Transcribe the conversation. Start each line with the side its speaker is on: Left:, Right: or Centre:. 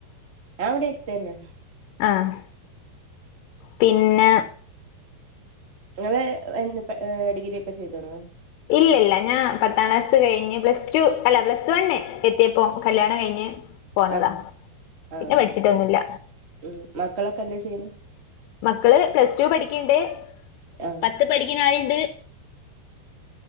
Right: ഞാൻ ഇവിടെ അടുത്തന്നെ
Left: ആഹ് പിന്ന
Right: നിങ്ങള് എ ഡിഗ്രി ഒക്കെ ചെയ്തോനോ
Left: ഇല്ലില്ല ഞാൻ പത്താം ക്ലാസ്സ് കഴിഞ്ഞ് പ്ലസ് ടു അല്ല പ്ലസ് വണ്ണ് എത്തിയപ്പോ കല്യാണം കഴിഞ്ഞ് പോന്നതാ
Right: ആഹ് ആഹ്
Left: പിന്നെ പഠിച്ചിട്ടൊന്നുല്ല
Right: ഉം മക്കളൊക്കെ എന്താ ചെയ്യണ്
Left: മക്കള് പ്ലസ് ടു പഠിക്കണ്ട്
Right: ആഹ്
Left: പത്ത് പഠിക്കുന്ന ആളുണ്ട്